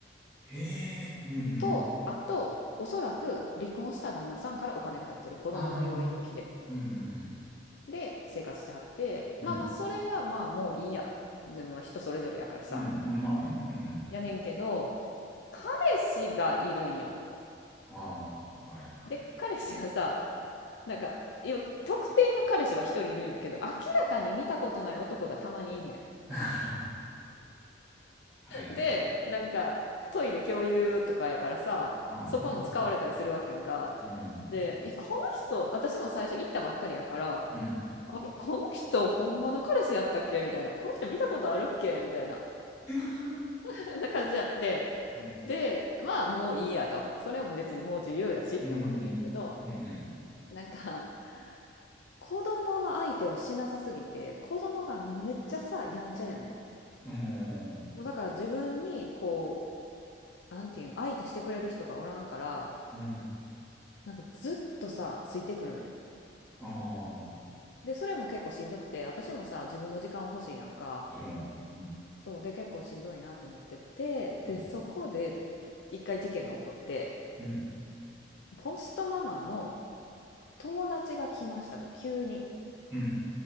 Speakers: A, in the centre; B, on the left.
A: へえ、うんうん
B: と、あと、おそらく離婚した旦那さんからお金が入ってる子供の養育費で。
A: ああ、うん、うん、
B: で、生活してはって、
A: うん。
B: まあまあ、それはまあもういいや。自分は人それぞれやからさ。
A: うん、うん、まあね。うん、うん。
B: やねんけど、彼氏がいるんよ。
A: ああ、はい、はい。
B: で、彼氏がさ、なんか、今特定の彼氏は一人いるんやけど、明らかに見たことない男がたまにいんね
A: <laughs> はいはい。
B: ん。で、なんか、トイレ共有とかやからさ、
A: まあね。
B: そこも使われたりするわけやんか。
A: うん。うん。
B: で、えこの人、私も最初行ったばっかりやから、
A: うん
B: あれこの人、ほんまの彼氏やったっけみたいな。この人見たことあるっけみたいな。
A: <laughs>。
B: <laughs> な感じやって。
A: ね
B: で、まあもういいやと。それも別にもう自由やしって思っててんけど、
A: うん、うん。うん、うん。
B: なんか、子供の相手をしなさすぎて、子供がめっちゃさ、やんちゃやねん。
A: あー
B: もうだから自分に、こう、なんていうの、相手してくれる人がおらんから、
A: うん。
B: なんかずっとさ、ついてくるね
A: ああ、も
B: ん。で、それも結構しんどくて、私もさ、自分の時間を欲しいやんか。
A: ちろん。うん。
B: そう、で、結構しんどいなと思ってて、
A: うん。
B: で、そこで一回事件が起こって、
A: うん。
B: ポストママの友達が来ましたと、急に。
A: うん。